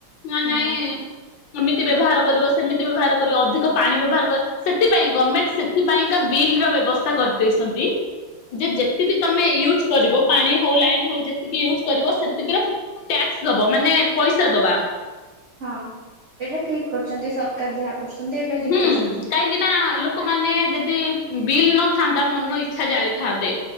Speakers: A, on the left; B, on the right.
A: ନା ନାଇଁ
B: ହଁ
A: ଏମିତି ବ୍ୟବହାର କରିବ, ସେମିତି ବ୍ୟବହାର କରିବ, ଅଧିକ ପାଣି ବ୍ୟବହାର କ- ସେଥିପାଇଁ ଗର୍ମେଣ୍ଟ ସେ ଥିପାଇଁକା ବିଲ୍ ର ବ୍ୟବସ୍ଥା କରିଦେଇସନ୍ତି। ଯେ ଯେତିକି ତୋମେ ୟୁଜ୍ କରିବ ପାଣି ହଉ ଲାଇନ ହଉ ଯେତିକି ୟୁଜ୍ କରିବ ସେତିକି ର ଟେକ୍ସ ଦବ ମାନେ ପଇସା ଦବା।
B: ହଁ ଏଇଟା ଠିକ କରଚନ୍ତି ସରକାର ଯାହା କରୁସନ୍ତି ଏଇଟା
A: ହୁଁ
B: ଠିକ କରୁସନ୍ତି।
A: କାହିଁକି ନା ଲୋକମାନେ ଯଦି ବିଲ୍ ନ ଥାନ୍ତା ମନ ଇଚ୍ଛା ଜାଳିଥାନ୍ତେ।